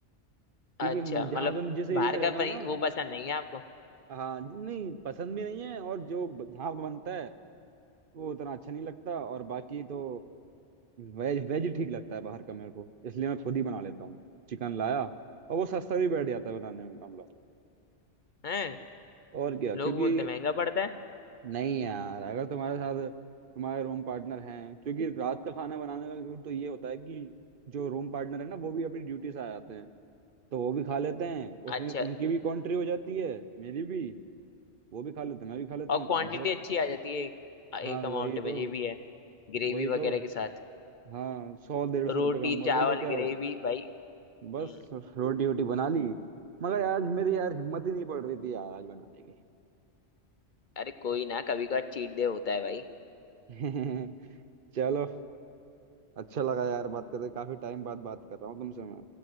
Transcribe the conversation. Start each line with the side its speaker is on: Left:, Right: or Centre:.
Right: क्योंकि
Left: अच्छा
Right: हम-
Left: मतलब
Right: जहाँ पे मैं जिस एरिया
Left: बाहर
Right: में रहता
Left: का
Right: हूँ
Left: पनी
Right: ना
Left: वो पसंद नहीं है आपको
Right: हाँ ज- नहीं पसंद भी नहीं है और जो ब- जहाँ पे बनता है वो उतना अच्छा नहीं लगता और बाकी तो वेज वेज ही ठीक लगता है बाहर का मेरे को इसलिए मैं खुद ही बना लेता हूँ चिकन लाया और वो सस्ता भी बैठ जाता है बनाने में मामला
Left: हैं
Right: और क्या क्योंकि
Left: लोग बोलते महंगा पड़ता है
Right: नहीं यार अगर तुम्हारे साथ तुम्हारे रूम पार्टनर हैं क्योंकि रात का खाना बनाने का तो ये होता है कि जो रूम पार्टनर है ना वो भी अपनी ड्यूटी से आ जाते हैं तो वो भी खा लेते हैं
Left: अच्छा
Right: उसमें उनकी भी कॉन्ट्री हो जाती है मेरी भी वो भी खा लेते हैं मैं भी खा लेता
Left: और
Right: हूँ
Left: क्वांटिटी
Right: काम सेट
Left: अच्छी आ जाती है एक, एक
Right: हाँ वही
Left: अमाउंट
Right: तो
Left: में ये भी है ग्रेवी
Right: वही
Left: वगैरह
Right: तो
Left: के साथ
Right: हाँ सौ डेढ़ सौ
Left: रोटी
Right: रुपये का मुर्गा
Left: चावल
Right: लेके
Left: ग्रेवी
Right: आओ
Left: भाई
Right: बस
Left: हम्म,
Right: रोटी वोटी बना ली मगर यार मेरी यार हिम्मत ही नहीं पड़ रही थी यार आज बनाने
Left: अरे कोई ना कभी कभार चीट डे होता है भाई
Right: की <laughs> चलो अच्छा लगा यार बात करके काफी टाइम बाद बात कर रहा हूँ तुमसे मैं